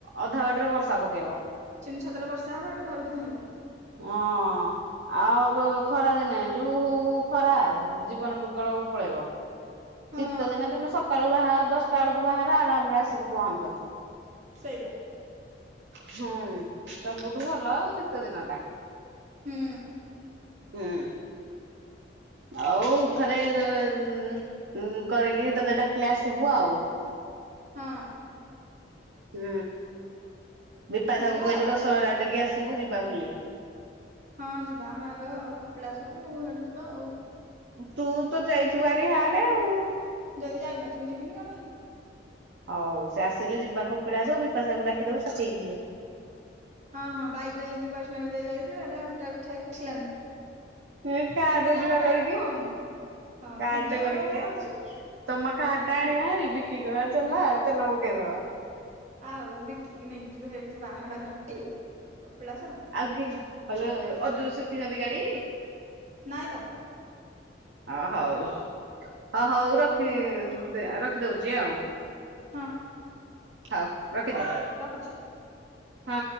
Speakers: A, on the right; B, on the right.
A: ଅଧା ବାଟରେ ବର୍ଷା ପକେଇବ।
B: ଛିନ ଛତର ବର୍ଷା ହେବ ଘରକୁ ଧାଇଁବୁ।
A: ହଁ। ଆଉ ଖରା ଦିନେ ଯୋଉ ହୁ ହୁ ଖରା ଜୀବନ ବିକଳକୁ ପଳେଇବ।
B: ହଁ
A: ଶୀତ ଦିନେ ତମେ ସକାଳୁ ବା ଦଶଟା ବେଳକୁ ବାହାରେ ଆରାମରେ ଆସିକି ପହଞ୍ଚ।
B: ସେଇୟା।
A: ହୁଁ ସବୁଠୁ ଭଲ ଶୀତ ଦିନଟା।
B: ହୁଁ
A: ହୁଁ ଆଉ ଥରେ ଉଉ ଉ କରିକି ତତେ ଡାକିଲେ ଆସିବୁ ଆଉ।
B: ହଁ।
A: ହୁଁ ବିପାସାକୁ
B: ଯିବା
A: କହିଛି
B: ଆଉ।
A: ଦଶହରାରେ ଟିକେ ଆସିବୁ ଯିବା ବୁଲି।
B: ହଁ ଯିବା ଆମେ ଆଗ କପିଳାସକୁ ହେଠୁ ଯିବା ଆଉ।
A: ତୁ ତ ଯାଇଥିବୁ ଆରି ହାଡେ ଆଉ।
B: ଯଦି ଯାଇନଥିବି ଯିବିନି କଣ ପାଇଁ?
A: ହଉ ସେ ଆସିଲେ ଯିବା କପିଳାସ ବିପଶାକୁ ଡାକିଦବୁ ସାଥି ହେଇକି ଯିବା।
B: ହଁ, ହଁ ବାଇକରେ ଯେମିତି ବୈଷ୍ଣବି ଦେବୀ ଯାଇଥିଲ ଏଇଟା ଅଣ୍ଟା ପିଠା ଆଉ ଉଠିଲାନି।
A: ଏ କାରରେ
B: ତିନି ଜଣ
A: ଯିବା
B: ବାଇକକୁ
A: କରିକି
B: ହଉନି ହଁ
A: କାର
B: ଦି
A: ଟେ
B: ଜଣ
A: କରିକି
B: ଗଲେ
A: ଯିବା।
B: ହଉଛି।
A: <unintelligible> ଚଲା ତେଲ ପକେଇଦବା।
B: ଆଉ ବିକି ନେଇକି ଯିବୁ ହେ ପାହାଡ଼ ଘାଟି କପିଳାସ।
A: ଆଉକେ ହଲ ଅଜୁ ଶିଖିଛନ୍ତି ଗାଡି?
B: ନାଇଁ ତ।
A: ଅ ହଉ ହ ହଉ ରଖି
B: ହୁଁ
A: ରଖିଦଉଛି ଆଉ।
B: ହଁ
A: ହଉ ରଖିଦେ।
B: ରଖୁଛି।
A: ହଁ।